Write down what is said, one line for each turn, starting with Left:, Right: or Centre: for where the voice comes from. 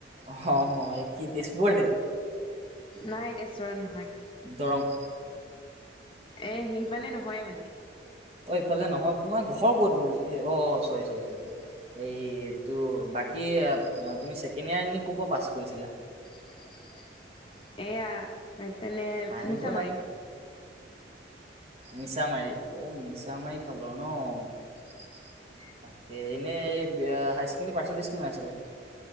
Right: অহ অ' এই কি তেছপুৰতেই?
Left: নাই তেছপুৰত নহয়।
Right: দৰং?
Left: এ সিপানে নহয় মানে।
Right: অ', ইফালে নহ অ', তোমাৰ ঘৰ ক'তনো? অ', চৰি চৰি চৰি এইটো বাকী তুমি ছেকেণ্ড ইয়াৰ এনে ক'ৰ পৰা পাছ কৰিছিলা?
Left: <inaudible> এইয়া এইপিনে
Right: হাঁহিব
Left: নিছামাৰি।
Right: মিছামাৰি অ' মিছমাৰি ফাল ন। তাকে এনেই হায়াৰ ছেকেণ্ডেৰী পাৰ্চেণ্টেজ কিমান আছিলে?